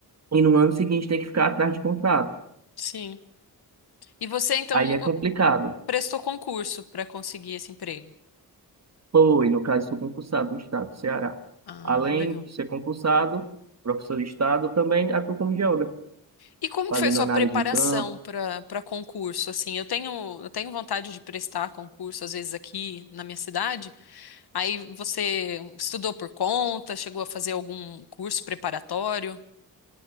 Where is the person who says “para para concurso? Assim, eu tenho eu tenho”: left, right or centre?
Left